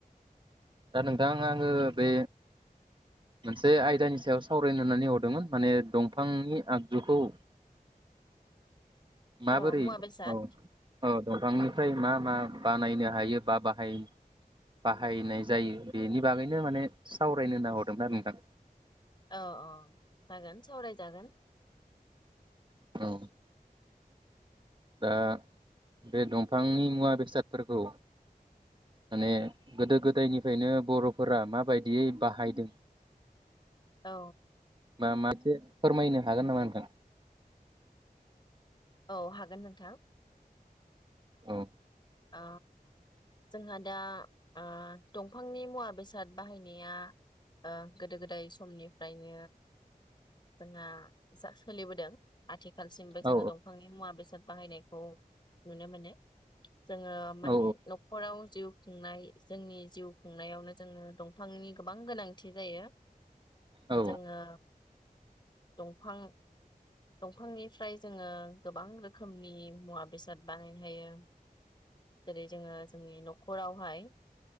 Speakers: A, on the right (about 30°); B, on the left (about 30°).
A: दा नोंथां आङो बे मोनसे आयदानि सायाव सावरायनोनानै हरदोंमोन माने दंफांनि आगजुखौ माबोरै
B: औ मुवा बेसाद
A: औ औ दंफांनिफ्राय मा मा बानायनो हायो बा बाहाय बाहायनाय जायो बेनि बागैनो माने सावरायनोना हरदों आरो नोंथां
B: औ औ जागोन सावरायजागोन
A: औ दा बे दंफांनि मुवा बेसादफोरखौ माने गोदो गोदायनिफ्रायनो बरफोरा माबायदियै बाहायदों
B: औ
A: मा मा इसे फोरमायनो हागोन नामा नोंथां
B: औ हागोन नोंथां
A: औ
B: ओ जोंहा दा ओ दंफांनि मुवा बेसाद बाहायनाया ओ गोदो गोदाय समनिफ्रायनो जोंहा जा सोलिबोदों आथि खालसिम बो जोङो
A: औ
B: दंफांनि मुवा बेसाद बाहायनायखौ नुनो मोनो। जोङो माने
A: औ
B: खराव जिउ खुंनाय जोंनि जिउ खुंनायावनो जोङो दंफांनि गोबां गोनांथि जायो।
A: औ
B: जोङो दंफां दंफांनिफ्राय जोङो गोबां रोखोमनि मुवा बेसाद बानायनो हायो जेरै जोङो जोंनि न'खरावहाय